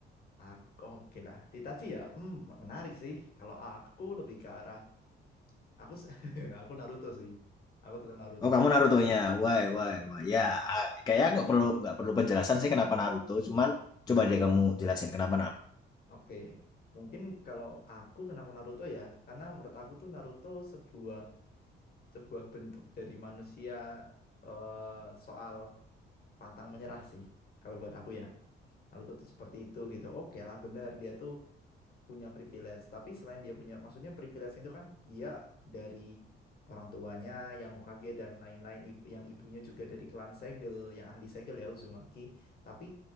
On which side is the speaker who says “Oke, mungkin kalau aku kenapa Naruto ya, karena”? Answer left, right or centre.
Left